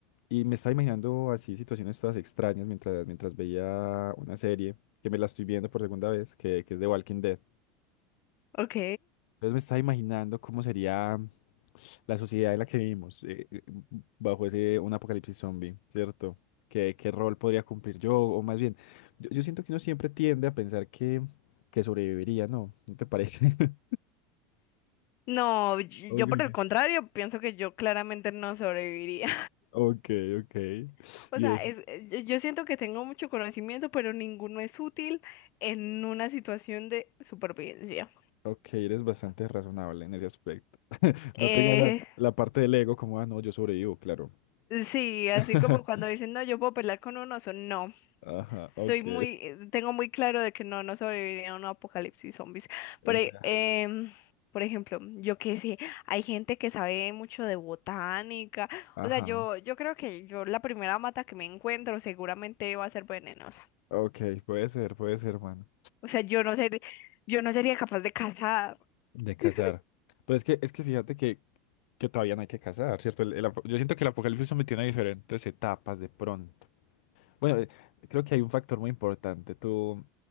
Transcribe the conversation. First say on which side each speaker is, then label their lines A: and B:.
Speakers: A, on the left; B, on the left.
A: y me estaba imaginando así situaciones todas extrañas mientras, mientras veía una serie, que me la estoy viendo por segunda vez, que, que es de Walking Dead.
B: Ok.
A: Entonces me estaba imaginando cómo sería. La sociedad en la que vivimos, eh, eh, bajo ese un apocalipsis zombie, ¿cierto? ¿Qué, qué rol podría cumplir yo? O más bien, yo, yo siento que uno siempre tiende a pensar que, que sobreviviría, ¿no? ¿No te parece? <laughs>
B: No, y-
A: Ok,
B: yo por el contrario, pienso que yo claramente no sobreviviría.
A: ok, ok.
B: <laughs> O
A: Y
B: sea,
A: es,
B: es- eh, yo yo siento que tengo mucho conocimiento, pero ninguno es útil en una situación de supervivencia.
A: ok, eres bastante razonable en ese aspecto.
B: Eh,
A: No te gana la parte del ego como, ah, no, yo sobrevivo, claro.
B: sí, así
A: <laughs>
B: como cuando dicen, no, yo puedo pelear con un oso. No,
A: Ajá, ok.
B: soy muy, eh, tengo muy claro de que no, no sobreviviría a un apocalipsis zombies. Por,
A: Ya.
B: e- em, por ejemplo, yo que sé, hay gente que sabe mucho de botánica.
A: Ajá,
B: O sea, yo, yo creo que yo la primera mata que me encuentro seguramente va a ser venenosa.
A: ok, puede ser, puede ser, mano.
B: O sea, yo no ser, yo no sería capaz de cazar.
A: De cazar.
B: <laughs>
A: Pero es que, es que fíjate que, que todavía no hay que cazar, ¿cierto? El- el apo- yo siento que el apocalipsis zombie tiene diferentes etapas de pronto. Bueno, eh, creo que hay un factor muy importante. ¿Tú